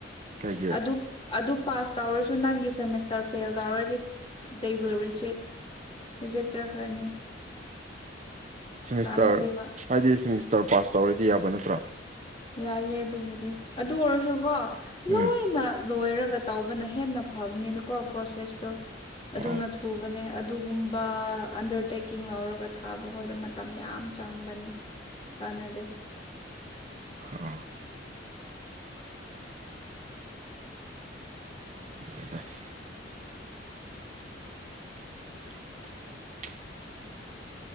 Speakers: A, on the right; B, on the left.
A: ꯀꯩꯒꯤ
B: ꯑꯗꯨ꯫ ꯑꯗꯨ ꯄꯥꯁ ꯇꯧꯔꯁꯨ ꯅꯪꯒꯤ ꯁꯦꯃꯤꯁꯇꯔ ꯐꯦꯜ ꯇꯧꯔꯗꯤ ꯗꯦ ꯋꯤꯜ ꯔꯤꯖꯦꯛ꯫ ꯔꯤꯖꯦꯛ ꯆꯥꯠꯈ꯭ꯔꯅꯤ꯫
A: ꯑ ꯁꯦꯃꯤꯁꯇꯔ
B: ꯀꯥꯟꯅꯗꯦꯕ
A: ꯍꯥꯏꯗꯤ ꯁꯦꯃꯤꯁꯇꯔ ꯄꯥꯁ ꯇꯧꯔꯗꯤ ꯌꯥꯕ ꯅꯠꯇ꯭ꯔꯣ꯫
B: ꯌꯥꯏꯑꯦ ꯑꯗꯨꯕꯨꯗꯤ ꯑꯗꯨ ꯑꯣꯏꯔꯁꯨꯀꯣ꯫
A: ꯎꯝ꯫
B: ꯂꯣꯏꯅ ꯂꯣꯏꯔꯒ ꯇꯧꯕꯅ ꯍꯦꯟꯅ ꯐꯕꯅꯦꯅꯀꯣ ꯄ꯭ꯔꯣꯁꯦꯁꯇꯣ ꯑꯗꯨꯅ
A: ꯑꯣ
B: ꯊꯨꯕꯅꯦ꯫ ꯑꯗꯨꯒꯨꯝꯕ ꯑꯟꯗꯔꯇꯦꯛꯀꯤꯡ ꯂꯧꯔꯒ ꯊꯥꯕꯈꯣꯏꯗ ꯃꯇꯝ ꯌꯥꯝ ꯆꯪꯕꯅꯦ꯫ ꯀꯥꯟꯅꯗꯦ꯫
A: ꯑꯥ꯫ ꯍꯗ <unintelligible> <inaudible>